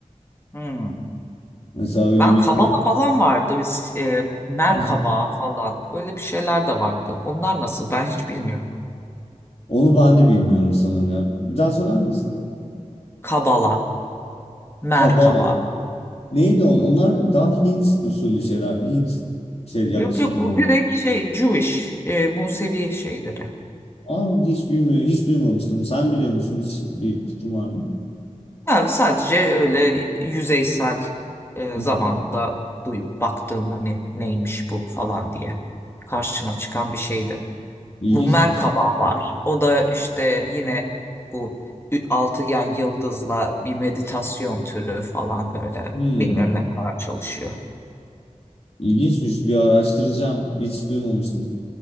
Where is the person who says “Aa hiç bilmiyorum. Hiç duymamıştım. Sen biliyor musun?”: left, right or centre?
Left